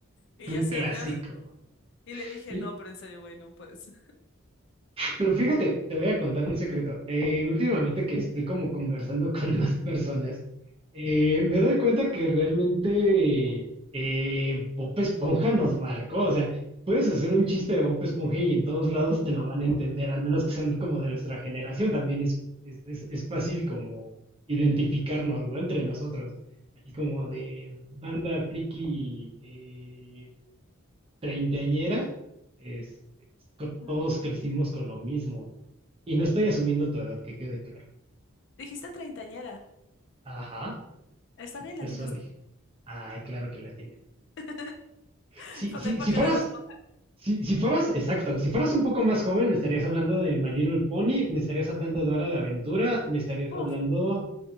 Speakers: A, on the left; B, on the right.
A: y
B: Un
A: ya se
B: clásico.
A: rió. Y le dije,
B: Y-
A: no, pero en serio, güey, no puedes.
B: pero fíjate, te voy a contar un secreto. Eh, últimamente que estoy como conversando <laughs> con más personas, eh, me doy cuenta que realmente eh, Bob Esponja nos marcó. O sea, puedes hacer un chiste de Bob Esponja y en todos lados te lo van a entender, al menos que sean como de nuestra generación. También es, es, es, es fácil como identificarnos, ¿no? Entre nosotros. Así como de banda friki, eh, treintañera, este, co-
A: Mm.
B: todos crecimos con lo mismo. Y no estoy asumiendo tu edad, que quede claro.
A: Dijiste treintañera.
B: Ajá,
A: Está bien, latinaste.
B: eso dije. Ah, claro que la tiene.
A: <laughs>
B: Si,
A: Por
B: si,
A: la época
B: si fueras,
A: de Bob Esponja.
B: si, si fueras, exacto, si fueras un poco más joven, me estarías hablando de My Little Pony, me estarías hablando de Hora de Aventura, me estarías
A: Uf,
B: hablando